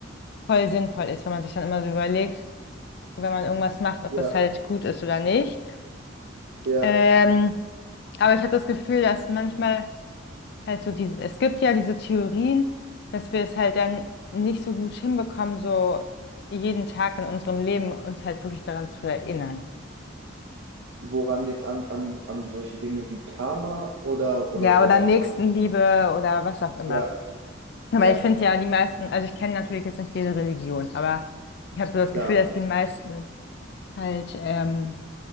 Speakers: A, on the left; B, on the right.
A: voll sinnvoll ist, wenn man sich dann immer so überlegt, wenn man irgendwas macht, ob
B: ja,
A: das halt gut ist oder nicht.
B: ja.
A: Ähm, aber ich habe das Gefühl, dass manchmal halt so diese, es gibt ja diese Theorien, dass wir es halt dann nicht so gut hinbekommen, so jeden Tag in unserem Leben uns halt wirklich daran zu erinnern.
B: Woran jetzt an, an, an solche Dinge wie Karma oder, oder
A: Ja,
B: woran
A: oder Nächstenliebe
B: man.
A: oder was auch immer.
B: Ja,
A: Aber
B: ja,
A: ich finde ja, die meisten, also ich kenne natürlich jetzt nicht jede Religion, aber ich habe so das
B: klar.
A: Gefühl, dass die meisten halt ähm,